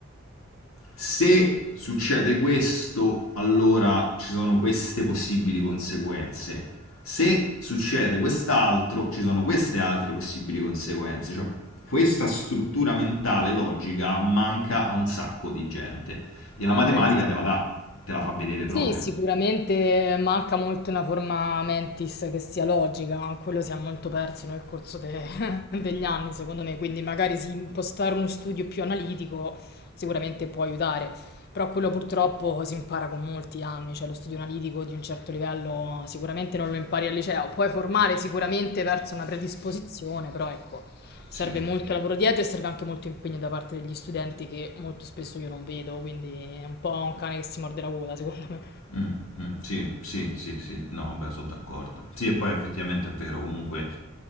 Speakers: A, on the left (about 80°); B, on the left (about 50°).
A: se succede questo, allora ci sono queste possibili conseguenze. Se succede quest'altro, ci sono queste altre possibili conseguenze. Cioè, questa struttura mentale logica manca a un sacco di gente. E la
B: Ah,
A: matematica
B: beh, sì.
A: te la dà, te la fa vedere proprio.
B: Sì, sicuramente manca molto una forma mentis che sia logica, quello si è molto perso nel corso de- <laughs> degli anni, secondo me, quindi magari sì, impostare uno studio più analitico sicuramente può aiutare, però quello purtroppo si impara con molti anni, cioè lo studio analitico di un certo livello sicuramente non lo impari al liceo, puoi formare sicuramente verso una predisposizione, però ecco, serve
A: Sì,
B: molto lavoro dietro e serve anche molto impegno da parte degli studenti che molto spesso io non vedo, quindi è un po' un cane che si morde la coda, secondo me.
A: Mm, mm, sì, sì, sì, sì, no, beh, sono d'accordo. Sì, e poi effettivamente è vero, comunque